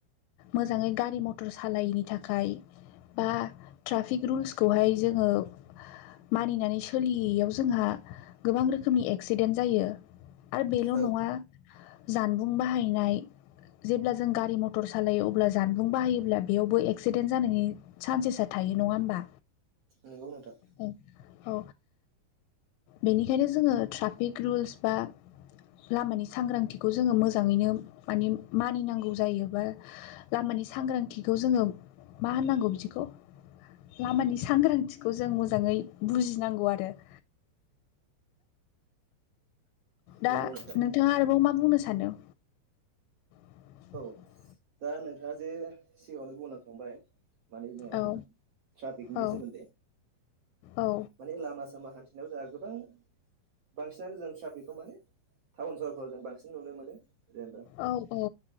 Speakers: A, on the left; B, on the right.
A: मोजाङै गारि मथर सालायैनि थाखाय बा ट्रा फिक रुल्सखौहाय जोङो मानिनानै सोलियैयाव जोंहा गोबां रोखोमनि एक्सिडेन्ट जायो आरो बेल'
B: औ
A: नङा जानबुं बाहायनाय जेब्ला जों गारि मटर सालायो अब्ला जानबुं बाहायोब्ला बेयावबो एक्सिडेन्ट जानायनि चान्सेसा थायो नङा होमबा
B: नगौ नोंथां
A: औ औ बेनिखायनो जोङो ट्राफिक रुल्स बा लामानि सांग्रांथिखौ जोङो मोजाङैनो माने मानिनांगौ जायोबा लामा नि सांग्रां जोङो माांगौ बिदिखौ लामानि सांग्रांथिखौ जों मोजाङै बुजिनांगौ आरो <inaudible> दा
B: नंगौ नोंथां
A: नोंथाङा आरोबाव मा बुंनो सानो <inaudible>
B: औ दा नोंथाङा जे सिगांङावनो बुंलांखाबाय माने जोंहा
A: औ
B: मा ट्राफिकनि
A: औ
B: सोमोन्दै
A: औ
B: माने लामा सामा हान्थि नायाव जोंहा गोबां बांसिनानो जों ट्राफिकखौ माने टाउन सहरफ्राव जों बांसिन नुनो मोनो। जेनेबा
A: औ औ